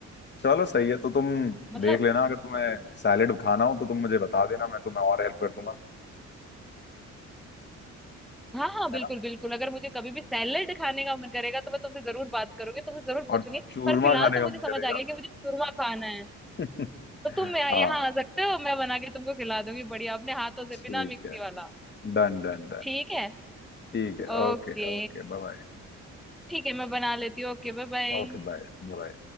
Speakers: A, on the left; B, in the centre.
A: चलो सही है तो तुम
B: मतलब
A: देख लेना अगर तुम्हें सैलेड खाना हो तो तुम मुझे बता देना मैं तुम्हें और हेल्प कर दूंगा
B: हाँ हाँ बिल्कुल
A: है ना
B: बिल्कुल अगर मुझे कभी भी सैलेड खाने का मन करेगा तो मैं तुमसे जरूर बात करूंगी तुमसे जरूर पूछूंगी
A: और चूरमा
B: पर फिलहाल
A: खाने
B: तो
A: का
B: मुझे
A: मन
B: समझ
A: करेगा
B: आ गया कि मुझे चूरमा खाना है
A: <laughs>
B: तो तुम यहाँ
A: हाँ
B: यहाँ आ सकते हो मैं बना के तुमको खिला दूंगी बढ़िया अपने हाथों से बिना
A: ठीक
B: मिक्सी
A: है
B: वाला
A: Done done done
B: ठीक है
A: ठीक है
B: ओके
A: Okay okay bye bye
B: ठीक है मैं बना लेती हूँ ओके बाय बाय
A: Okay bye Bye